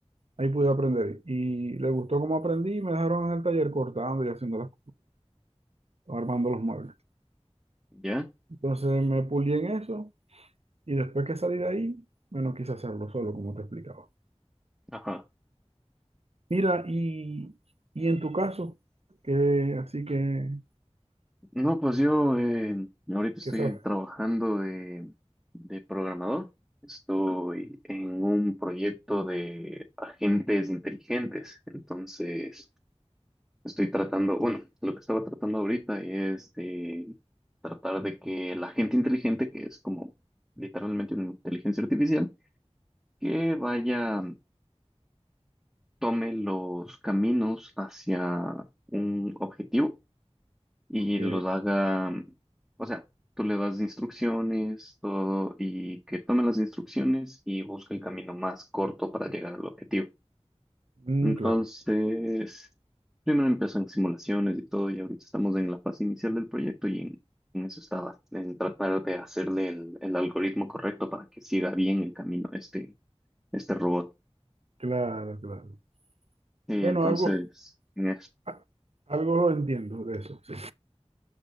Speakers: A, on the right; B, in the centre.
A: ahí pude aprender. Y le gustó cómo aprendí y me dejaron en el taller cortando y haciendo las, armando los muebles.
B: ¿Ya?
A: Entonces me pulí en eso Y después que salí de ahí, bueno, quise hacerlo solo, como te explicaba.
B: Ajá.
A: Mira, y, y en tu caso, que así que,
B: No, pues yo eh, ahorita estoy
A: ¿qué sabes?
B: trabajando de, de programador. Estoy en un proyecto de agentes inteligentes. Entonces, estoy tratando, bueno, lo que estaba tratando ahorita es de tratar de que el agente inteligente, que es como literalmente una inteligencia artificial, que vaya, tome los caminos hacia un objetivo y
A: Ok,
B: los haga, o sea, tú le das instrucciones, todo, y que tome las instrucciones y busque el camino más corto para llegar al objetivo.
A: Mm,
B: Entonces,
A: claro,
B: primero empiezan simulaciones y todo, y ahorita estamos en la fase inicial del proyecto y en, en eso estaba, en tratar de hacerle el, el algoritmo correcto para que siga bien el camino este, este robot.
A: claro, claro.
B: Y
A: Bueno,
B: entonces...
A: algo,
B: en
A: a- algo entiendo de eso, sí.